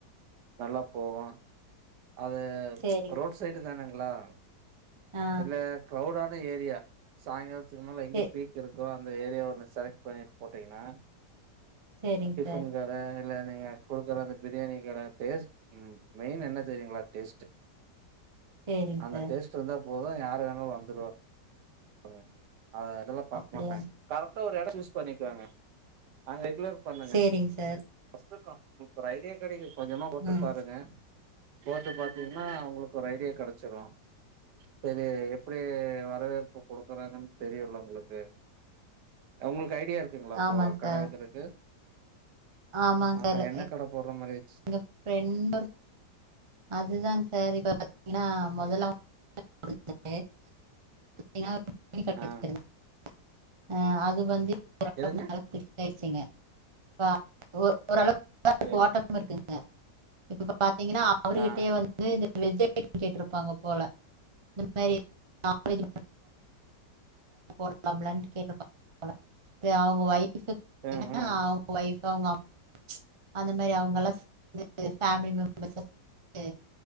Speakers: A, on the right; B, on the right.
A: நல்லா போவோ அது
B: சேரிங்
A: ப்ச் ரோட் சைடு தானுங்ளா
B: ஆ
A: இல்ல கவுடா நல்ல ஏரியா சாய்ங்காலத் மேல எங்க
B: சே
A: பேய்கரது கோ அந்த ஏரியாவா வந்து செலக்ட் பண்ணிட் போட்டீங்னா
B: சேரிங்
A: டிஃபன்
B: சார்
A: கட இல்ல நீங்க குடுக்குற அந்த பிரியாணிகட டேஸ்ட் மெயின் என்ன தெரியுங்ளா டேஸ்டு
B: சேரிங்
A: அந்த
B: சார்
A: டேஸ்டு வந்தாப் மொத யாரு வேணாலு வந்துருவ ஆ அத அதெல்லா பாக்க
B: அப்டியா
A: மாட்டாங்க கரெக்ட்டா ஒரு எட சூஸ் பண்ணிக்கோங்க அங்க க்ளியர் பண்ணுங்க
B: சேரிங் சார்
A: ஃபஸ்ட்டு கா சூப்பர் ஐடியா கெடைக்குது கொஞ்சமா போட்டு
B: ம்
A: பாருங்க போட்டு பாத்தீங்னா ஒங்களுக்கு ஒரு ஐடியா கெடச்சிரு இப்ப இது எப்டி வரவேற்ப் பு குடுக்குறாங்கன் தெரியல்ல ஒங்ளுக்கு அவுங்களுக் ஐடியா இருக்குங்ளா இப்போ
B: ஆமாங்
A: கட
B: சார்
A: வக்குறக்கு
B: ஆமாங்
A: ஆகா
B: சார்
A: என்ன கட போட்ற மாரிக்
B: எங்க ப்ரெண்டு ஒரு அதுதாங் சார் இப்ப பாதீங்னா மொதல அவுங் <unintelligible> கிரெடிட் கார்டு
A: ஆ
B: வச்சிருந்தேன் அ அது வந்து <unintelligible>
A: எதுங்க
B: ச்சிங்க அ ஒ ஓரளவு எல்லாரு <unintelligible>
A: சேரி
B: இருக்குங்க இப்ப பாத் திங்கனா அவர்கிட்டே
A: ஆ
B: வந்து இந்த வெஜ் அ கேட் கேட்டிருப்பாங்க போல இந்த மாதிரி நான்வெஜ் போடலலனு கேட்ருப்பாங்க போல அவங்க வைப் <unintelligible>
A: ம்
B: என்னன்னா
A: ம்
B: அவங்க வைஃப் <unintelligible> அந்த மாரி அவங்க எல்லா சேர்ந்து பேமிலி மெம்பர்ஸ் சேந்து